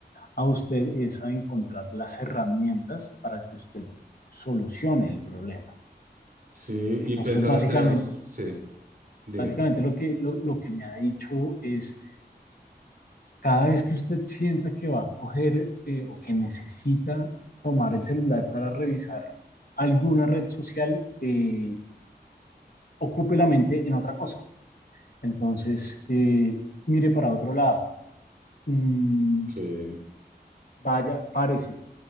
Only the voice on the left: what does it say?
a usted es a encontrar las herramientas para que usted solucione el problema.
Entonces,
básicamente,
básicamente lo que, lo, lo que me ha dicho es, Cada vez que usted sienta que va a coger eh, o que necesita tomar el celular para revisar alguna red social, eh, ocupe la mente en otra cosa. Entonces, eh, mire para otro lado. Mm,
vaya, párese,